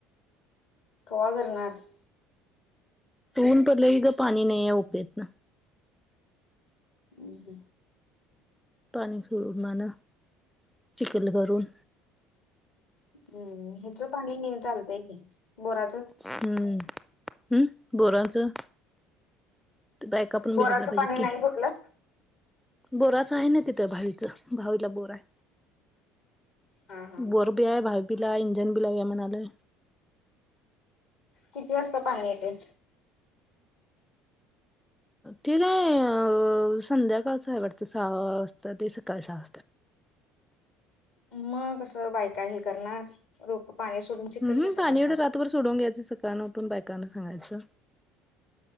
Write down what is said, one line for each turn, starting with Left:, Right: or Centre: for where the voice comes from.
Left: कवा करणार हायस?
Centre: ऊन पडलं की ग पाणी नाही आहे उपेत ना.
Left: हम् हं
Centre: पाणी सिडून मान चिकल करून,
Left: हम्म ह्याचं पाणी चालतंय बोराच.
Centre: हम्म हम्म बोरायचं. ते बायका पण
Left: बोराचं
Centre: भेटयला पाहिजे
Left: पाणी नाही
Centre: की,
Left: कुठलं
Centre: बोराच आहे ना तिथंबाहेरच भावीला बोरा आहे.
Left: हा हा
Centre: बोर भी आहे भात बलाय इंजन बला बया म्हणायचं.
Left: किती वाजता पाणी येते.
Centre: ते नाही अ संध्याकाळ आहे वाटतं सहा वाजता ते सकाळी सहा.
Left: मग कसं बायका हे करणार रोप पाणी सोडून चिखल
Centre: हम् हम
Left: कसं
Centre: पाणी
Left: करणार.
Centre: एवढं रातभर सोडून घ्यायचं सकाळं उठून बायकांना सांगायचं.